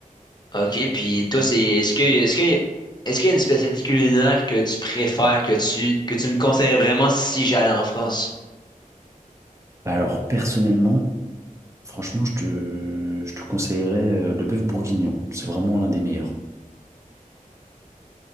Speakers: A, on the left; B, on the right.
A: Ok, puis toi, c'est est-ce que est-ce que est-ce qu'il y a une spécialité culinaire que tu préfères, que tu que tu me conseilles vraiment si j'allais en France?
B: Alors, personnellement, franchement, je te, je te conseillerais euh, le bœuf bourguignon. C'est vraiment l'un des meilleurs.